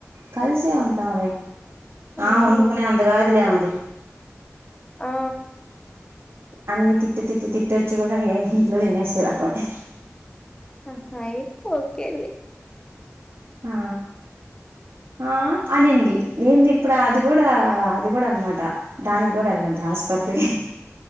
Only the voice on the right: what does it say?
కలిసే ఉంటాం ర
ఆ వండుకునే అంతగాదులేముది
అన్ని తిట్టి తిట్టి తిట్టిచ్చి కూడా ఏ ఇంట్లో తినేసే రకమే
ఆ ఆ అనింది నేను ఇప్పుడు అది కూడా అది కూడా అనమాట దానికి కూడా వెళ్ళది హాస్పిటల్